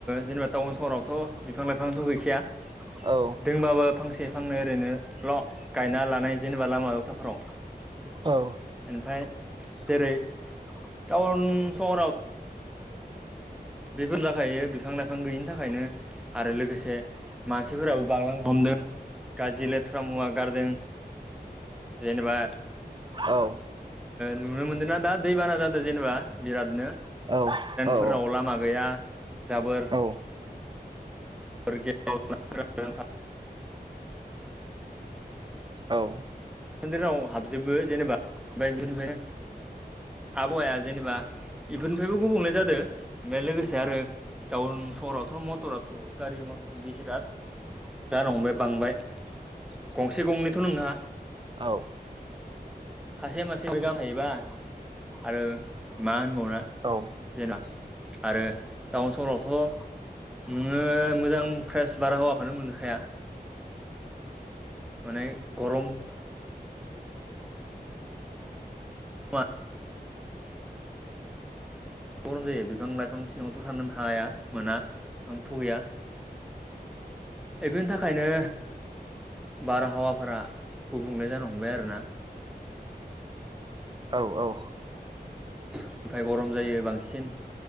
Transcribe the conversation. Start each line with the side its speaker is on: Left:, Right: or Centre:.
Centre: जेनेबा टाउन सहरावथ' बिफां लाइफांथ' गैखाया
Right: औ
Centre: दोंबाबो फांसे फांनै ओरैनोल' गायना लानाय जेनेबा लामा लथाफोराव
Right: औ
Centre: ओमफ्राय जेरै टाउन सहराव बेफोरनो जाखायो बिफां लाइफां गैयिनि थाखायनो आरो लोगोसे मानसिफोराबो बांलांनो हमदों गाज्रि लेथ्रा मुवा गारदों जेनेबा
Right: औ
Centre: नुनो मोनदों ना दा दैबाना जादों जेनेबा बिरादनो
Right: औ औ
Centre: फोराव लामा गैया जाबोर
Right: औ
Centre: आरो ग <unintelligible> ग थ <unintelligible>
Right: औ
Centre: जेराव हाबजोबो जेनेबा ओमफ्राय बिसनिफ्रायनो आबहावाया जेनेबा बेफोरनिफ्रायबो गुबुंले जादों ओमफ्राय लोगोसे आरो टाउन सहरावथ' म मटराथ' गारि मथर बिराद जानो हमबाय बांबाय गंसे गंनैथ' नोंङा
Right: औ
Centre: सासे मासे रोगान थायोबा आरो मा होनबावना
Right: औ
Centre: जेना आरो टाउन सहरावथ' नोङो मोजां फ्रेस बारहावाखौनो मोनखाया माने गरम बा गरम जायो बिफां लाइफां सिङावथ' साननो हाया मोना बिफां थ' गैया बे बेनि थाखायनो बारहावाफोरा गुबुंले जानो हमबाय आरोना
Right: औ औ
Centre: ओमफफ्राय गरम जायो बांसिन